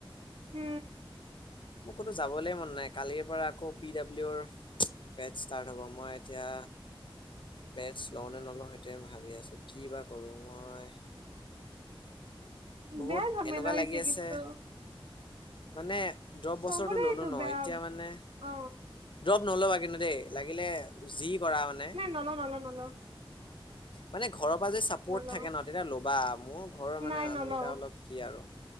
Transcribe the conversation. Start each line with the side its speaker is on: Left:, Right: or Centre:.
Right: উ।
Left: মোৰ ক'তো যাবলৈ মন নাই, কালিৰ পৰা আকৌ পি ডাব্লিউৰ বেটছ ষ্টাৰ্ট হ'ব, মই এতিয়া বেটছ লওঁ নে নলওঁ সেইটোৱেই ভাবি আছো, কি বা কৰো মই। বহুত
Right: বেয়া ঝামেলা
Left: এনেকুৱা
Right: হৈছে
Left: লাগি আছে,
Right: কিন্তু
Left: মানে ড্ৰপ
Right: চবৰে
Left: বছৰটো ল'লো
Right: এইটো
Left: ন,
Right: বেয়া
Left: এতিয়া মানে,
Right: অ
Left: ড্ৰপ নল'বা কিন্তু দেই, লাগিলে যি কৰা মানে
Right: নলওঁ, নলওঁ, নলওঁ।
Left: মানে ঘৰৰ পৰা যে চাপৰ্ট
Right: নলও
Left: থাকে ন, তেতিয়া ল'বা, মোৰ ঘৰৰ মানে
Right: নাই
Left: মানুহকেইটা
Right: নলও
Left: অলপ কি আৰু,